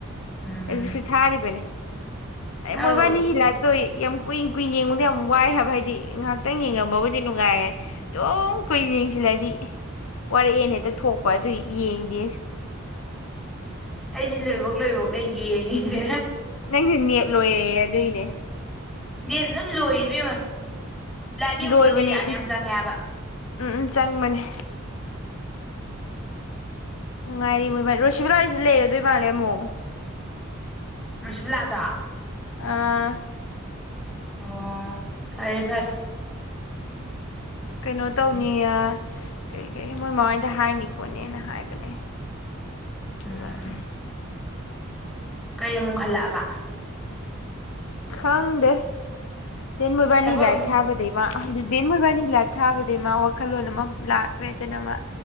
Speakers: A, in the centre; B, on the left.
A: ꯎꯝ
B: ꯍꯧꯖꯤꯛꯁꯨ ꯊꯥꯔꯤꯕꯅꯤ ꯑꯦ
A: ꯑꯧ
B: ꯃꯣꯏꯕꯥꯟꯅꯤ ꯂꯥꯏꯞ ꯇꯧꯏ ꯌꯥꯝ ꯀꯨꯏꯅ ꯀꯨꯏꯅ ꯌꯦꯡꯉꯨꯅꯨ ꯌꯥꯝ ꯋꯥꯏ ꯍꯥꯏꯕ ꯍꯥꯏꯗꯤ ꯉꯥꯏꯍꯥꯛꯇꯪ ꯌꯦꯡꯉꯝꯃꯕꯨꯗꯤ ꯅꯨꯡꯉꯥꯏꯌꯦ ꯑꯗꯨꯝ ꯀꯨꯏꯅ ꯌꯦꯡꯁꯤꯜꯂꯛꯑꯗꯤ ꯋꯥꯔꯛ ꯑꯦꯅ ꯍꯦꯛꯇ ꯄꯣꯛꯄ ꯑꯗꯨꯏ ꯌꯦꯡꯒꯦ
A: ꯑꯩꯗꯤ ꯂꯣꯏꯕꯧ ꯅꯣꯏꯕꯣꯛꯅ ꯌꯦꯡꯉꯤꯁꯦ
B: ꯅꯪꯁꯨ ꯅꯦꯠ ꯂꯣꯏꯌꯦ ꯑꯗꯨꯢꯅꯦ
A: ꯅꯦꯠ ꯑꯗꯨꯝ ꯂꯣꯏ ꯏꯕꯦꯝꯃ ꯂꯥꯏꯚ ꯌꯦꯡꯕꯗꯣ
B: ꯂꯣꯏꯕꯅꯤ
A: ꯅꯦꯠ ꯌꯥꯝ ꯌꯥꯝ ꯆꯪꯉꯦ ꯍꯥꯏꯕ
B: ꯎꯝ ꯎꯝ ꯆꯪꯕꯅꯦ ꯅꯨꯡꯉꯥꯏꯔꯤ ꯃꯣꯏꯕꯥꯟꯅꯤ ꯔꯣꯁꯤꯕꯥꯂꯥ ꯁꯤꯗ ꯂꯩꯔꯗꯣꯏ ꯃꯥꯂꯦ ꯑꯃꯨꯛ
A: ꯔꯣꯁꯤꯕꯥꯂꯥꯗꯣ
B: ꯑꯥ
A: ꯑꯣ ꯐꯥꯔꯦ ꯐꯥꯔꯦ
B: ꯀꯩꯅꯣ ꯇꯧꯅꯤꯌꯦ ꯑ ꯀꯔꯤ ꯀꯔꯤ ꯃꯣꯏ ꯃꯥ ꯍꯣꯏꯗ ꯍꯥꯏꯅꯤ ꯈꯣꯠꯅꯤꯅ ꯍꯥꯏꯕꯅꯦ
A: ꯎꯝ
B: ꯑꯗꯨꯒ <inaudible>
A: ꯀꯩ ꯑꯃꯨꯛ ꯍꯜꯂꯛꯑꯕ
B: ꯈꯪꯗꯦ ꯇꯦꯟ ꯃꯣꯏꯕꯥꯅꯤ
A: ꯊꯕꯛ
B: ꯂꯥꯏꯕ
A: ꯑꯃꯨꯛ
B: ꯊꯥꯕꯗꯩꯕ ꯑꯗꯨꯗꯤ ꯃꯣꯏꯕꯥꯅꯤ ꯂꯥꯞ ꯊꯥꯕꯗꯩ ꯃꯥ ꯋꯥꯈꯜꯂꯣꯟ ꯑꯃ ꯂꯥꯛꯈ꯭ꯔꯦꯗꯅ ꯃꯥ